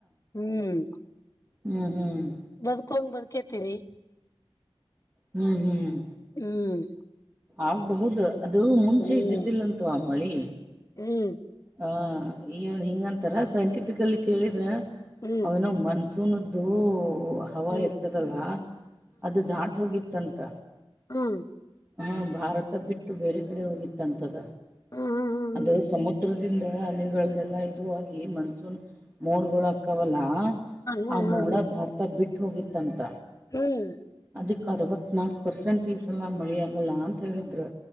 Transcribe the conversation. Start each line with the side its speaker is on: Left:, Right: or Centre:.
Left: ಹ್ಮ್
Right: ಹ್ಮ್ ಹ್ಮ್
Left: ಬದಕೊಂಡ್ ಬರ್ಕೇತಿೀರಿ
Right: ಹ್ಮ್ ಹ್ಮ್
Left: ಹ್ಮ್
Right: ಆಗ್ಬಹುದು ಅದು ಮುಂಚೆ
Left: ಹ್ಮ್
Right: ಇದ್ದಿದ್ದಿಲ್ಲಂತ ಆ ಮಳಿ
Left: ಹ್ಮ್
Right: ಆ ಇವನ್ ಹಿಂಗಂತಾರ ಸೈಂಟಿಫಿಕಲ್ಲಿ ಕೇಳಿದ್ರೆ
Left: ಹ್ಮ್
Right: ಅವನ ಮನ್ಸು ಸುನ್ದು ಹವ
Left: ಹ್ಮ್
Right: ಇರ್ತದಲ್ಲ ಅದು ದಾಟ ಹೋಗಿತ್ತಂತ
Left: ಹ್ಮ
Right: ಹಾ ಭಾರತ ಬಿಟ್ಟು ಬೇರೆ ಕಡೆ ಹೋಗಿತ್ತಂತದ
Left: ಹಾ ಹಾ ಹಾ
Right: ಅದು ಸಮುದ್ರದ ಇದ್ರಂದ ಅನೆಗಳೆಲ್ಲ ಇ ಆಗ ಮನ್ಸೂನ್ ಮೋಡ್ಗಳ ಅಕ್ಕ ಲ
Left: ಹಾ
Right: ಆ
Left: ಹಾ ಹಾ
Right: ಮೋಡ
Left: ಹ್ಮ್
Right: ಭಾರತ ಬಿಟ್ಟ ಹೋಗಿತ್ತಂತ
Left: ಹ್ಮ್
Right: ಅದಕ್ಕೆ ಅರವತ್ನಾಲ್ಕು ಪರ್ಸೆಂಟೇಜ ಎಲ್ಲ ಮಳೆ ಆಾಗಲ್ಲ ಅಂತ ಹೇಳಿದರು